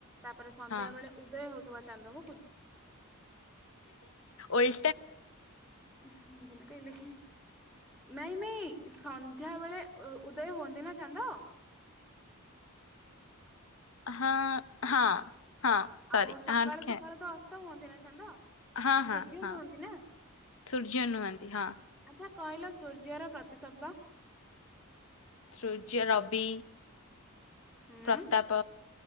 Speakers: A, in the centre; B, on the left.
A: ତାପରେ ସନ୍ଧ୍ୟା
B: ହଁ
A: ବେଳେ ଉଦୟ ହଉଥିବା ଚାନ୍ଦକୁ।
B: ଓଲ
A: ଁ ମୁଁ କହିଲେ କି ନାଇଁ ନାଇଁ ସନ୍ଧ୍ୟା ବଧା ବେଳେ ଉ ଉଦୟ ହୁଅନ୍ତି ନା ଚାନ୍ଦ।
B: ହଁ ହଁ। ହଁ ସରି
A: ଆଉ ସକାଳୁ
B: ହଁ ଖେ
A: ସକାଳୁ ତ ଅସ୍ତ ହୁଅନ୍ତି ନା ଚାନ୍ଦ।
B: ହଁ
A: ଇଏ
B: ହଁ
A: ସୂର୍ଯ୍ୟ
B: ହଁ
A: ନୁହନ୍ତି ନା
B: ସୂର୍ଯ୍ୟ ନୁହନ୍ତି ହଁ
A: ଆଛା। କଇଲ ସୂର୍ଯ୍ୟର ପ୍ରତିଶବ୍ଦ?
B: ସୂର୍ଯ୍ୟ ରବି।
A: ହୁଁ
B: ପ୍ରତାପ।